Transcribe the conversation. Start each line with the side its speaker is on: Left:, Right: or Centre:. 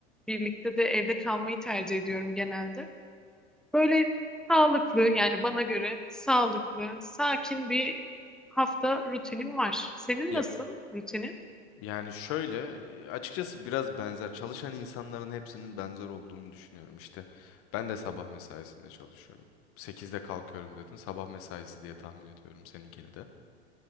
Centre: birlikte de evde kalmayı tercih ediyorum genelde. Böyle sağlıklı yani bana göre sağlıklı, sakin bir hafta rutinim var. Senin
Left: Ya
Centre: nasıl rutinin?
Left: Yani şöyle e, açıkçası biraz benzer çalışan insanların hepsinin benzer olduğunu düşünüyorum işte. Ben de sabah mesaisinde çalışıyorum. Sekizde kalkıyorum dedin. Sabah mesaisi diye tahmin ediyorum seninkini de.